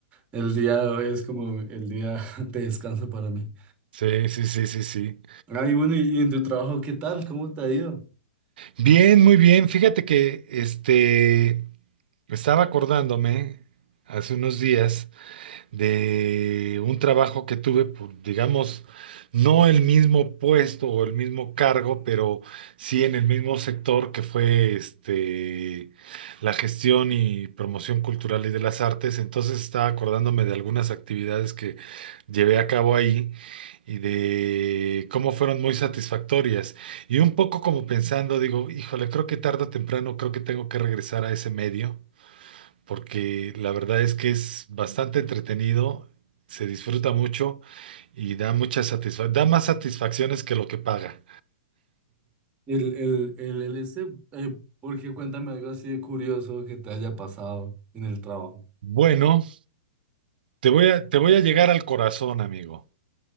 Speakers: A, on the right; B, on the right.
A: el día de hoy es como el día <laughs> de descanso para mí.
B: sí, sí, sí, sí, sí.
A: Ah, y bueno, ¿y, y en tu trabajo qué tal? ¿Cómo te ha ido?
B: Bien, muy bien. Fíjate que este estaba acordándome hace unos días de un trabajo que tuve, por, digamos, no el mismo puesto o el mismo cargo, pero sí en el mismo sector que fue este, la gestión y promoción cultural y de las artes. Entonces estaba acordándome de algunas actividades que llevé a cabo ahí y de cómo fueron muy satisfactorias. Y un poco como pensando, digo, híjole, creo que tarde o temprano, creo que tengo que regresar a ese medio porque la verdad es que es bastante entretenido, se disfruta mucho y da mucha satisfacción, da más satisfacciones que lo que paga.
A: El, el, el, el este, eh, porque cuéntame algo así de curioso que te haya pasado en el trabajo.
B: Bueno, te voy a, te voy a llegar al corazón, amigo,